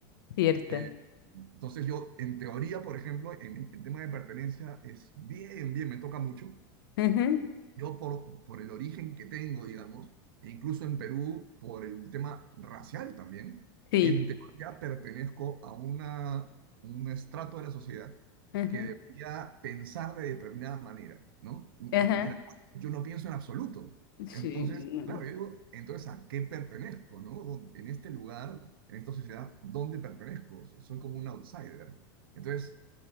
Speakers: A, on the left; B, on the right.
A: Cierto.
B: Eh, entonces yo, en teoría, por ejemplo, en, en tema de pertenencia, es bien, bien, me toca mucho.
A: Ujú,
B: Yo por, por el origen que tengo, digamos, e incluso en Perú, por el tema racial también,
A: Sí.
B: en teoría pertenezco a una, un estrato de la sociedad
A: Ujú,
B: que debería pensar de determinada manera, ¿no? En
A: Ajá.
B: la de la cual yo no pienso en absoluto.
A: Sí.
B: Entonces,
A: mm,
B: claro, yo digo, entonces, ¿a qué pertenezco, no? ¿Dó- En este lugar, en esta sociedad, ¿dónde pertenezco? Soy como un outsider. Entonces,